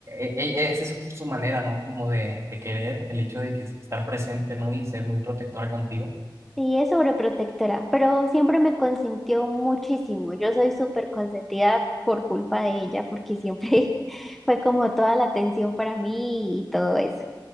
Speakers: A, on the right; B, in the centre.
A: e- e- esa es su manera, ¿no? Como de, de querer el hecho de que estar presente, ¿no? Y ser muy protectora contigo.
B: sí, es sobreprotectora, pero siempre me consintió muchísimo. Yo soy súper consentida por culpa de ella, porque siempre <laughs> fue como toda la atención para mí y todo eso.